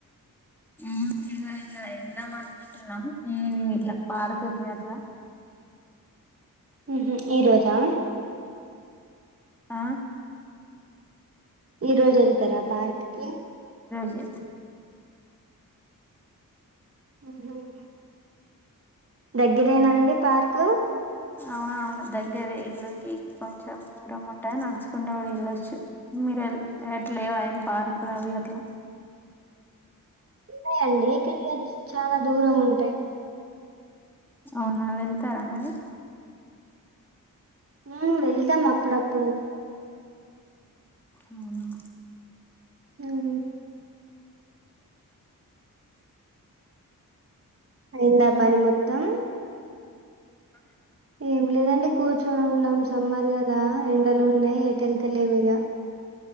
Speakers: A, in the centre; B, on the right.
A: ఇక ఇలా వెళ్దాం అనుకుంటున్నాం ఈవినింగ్ ఇట్లా పార్క్ కి అట్లా
B: అహ ఈ రోజా
A: ఆ
B: ఈ రోజు వెళ్తారా పార్క్ కి
A: ఏ
B: ఆహ దగ్గరేనా అండి పార్కు
A: అవునవును దగ్గరే ఇల్లుకి కొంచెం దూరం ఉంటాంది నడుచుకుంటే కూడా ఎల్ళొచ్చు మీరు ఎట్లేవా ఏం పార్కులు అవి అట్లా
B: ఉన్నాయండి ఇ కల్గా చాలా దూరం ఉంటాయి
A: అవునా వెళ్తారా మరి
B: హ వెళ్తాం అప్పుడు అప్పుడు
A: అవునా
B: ఆవు అయిందా పని మొత్తం
A: <unintelligible>
B: ఏం లేదండి కూర్చొని ఉన్నాం సమ్మర్ కదా ఎండలు ఉన్నాయి ఎటెళ్తలేమిగ